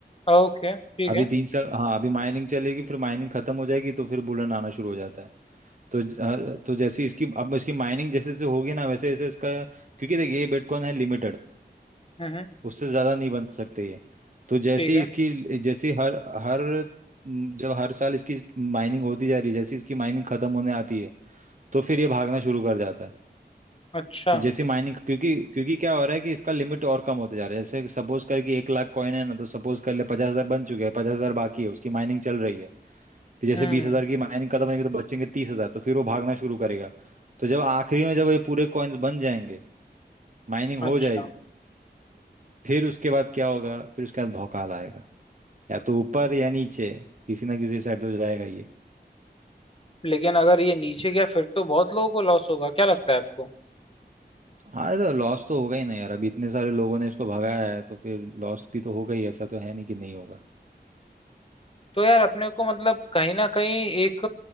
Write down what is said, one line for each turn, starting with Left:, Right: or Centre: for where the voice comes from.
Left: ओके ठीक
Right: अभी
Left: है
Right: तीन साल हाँ अभी माइनिंग चलेगी फिर माइनिंग खत्म हो जाएगी तो फिर बुलन आना शुरू हो जाता है तो ज- अ, तो जैसे इसकी अब इसकी माइनिंग जैसे जैसे होगी ना वैसे वैसे इसका क्योंकि देखिए ये बिटकॉइन है लिमिटेड
Left: हम्म
Right: उससे ज्यादा नहीं बन सकते ये तो जैसे
Left: ठीक
Right: ही
Left: है
Right: इसकी जैसे हर हर म, जब हर साल इसकी माइनिंग होती जा रही है जैसे ही इसकी माइनिंग खत्म होने आती है तो फिर ये भागना शुरू कर जाता है
Left: अच्छा
Right: तो जैसे माइनिंग क्योंकि क्योंकि क्या हो रहा है कि इसका लिमिट और कम होते जा रहा है जैसे सपोज कर कि एक लाख कॉइन है ना तो सपोज कर ले पचास हजार बन चुके हैं पचास हजार बाकी है उसकी माइनिंग चल रही है फिर जैसे
Left: हम्म
Right: बीस हजार की माइनिंग खत्म होगी तो बचेंगे तीस हजार तो फिर वो भागना शुरू करेगा तो जब आखिरी में जब ये पूरे कॉइन्स बन जाएंगे माइनिंग हो
Left: अच्छा
Right: जाएगी फिर उसके बाद क्या होगा फिर उसके बाद भौकाल आएगा या तो ऊपर या नीचे किसी ना किसी साइड तो जाएगा ये
Left: लेकिन अगर ये नीचे गया फिर तो बहुत लोगों को लॉस होगा क्या लगता है आपको
Right: हाँ तो लॉस तो होगा ही ना यार अब इतने सारे लोगों ने इसको भगाया है तो फिर लॉस भी तो होगा ही ऐसा तो है नहीं कि नहीं होगा
Left: तो यार अपने को मतलब कहीं ना कहीं एक